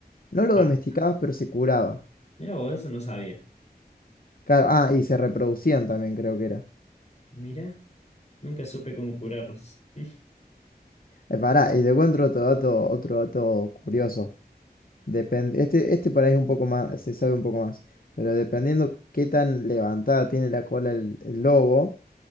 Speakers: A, on the left (about 60°); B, on the left (about 40°).
A: No lo
B: Ah,
A: domesticabas, pero se curaba.
B: mira vos, eso no sabía.
A: Claro, ah, y se reproducían también, creo que era.
B: Mira, nunca supe cómo curarlos. <laughs>
A: Eh, pará, y te encuentro otro dato, otro dato curioso. Depende, este, este por ahí es un poco más, se sabe un poco más. Pero dependiendo qué tan levantada tiene la cola el el lobo,